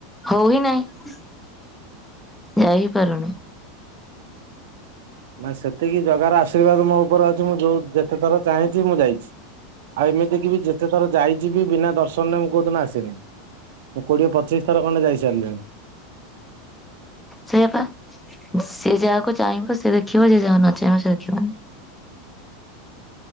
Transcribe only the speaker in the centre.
ହଉ ହି ନାଇଁ ଯାଇ ହି ପାରୁନୁ।
ସେଇଆପା ସିଏ ଯାହାକୁ ଚାହିଁବ ସିଏ ଦେଖିବ ଯିଏ ଯାହାକୁ ନ ଚାହିଁବ ସେ ଦେଖିବନି।